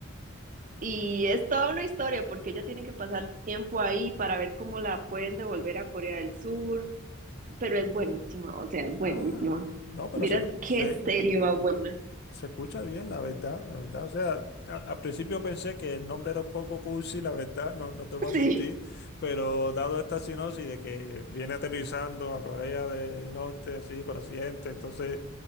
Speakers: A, on the right; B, on the left.
A: Y es toda una historia porque ella tiene que pasar tiempo ahí para ver cómo la pueden devolver a Corea del Sur pero es buenísima, o sea, es buenísima.
B: Ah, no, pero
A: Miras
B: se,
A: qué
B: se,
A: serie más buena. <laughs>
B: se escucha bien, la verdad, la verdad. O sea, a- al principio pensé que el nombre era un poco cursi, la verdad, no, no te voy a mentir,
A: Sí,
B: pero dado esta sinopsis de que viene aterrizando a Corea del Norte, así, por accidente, entonces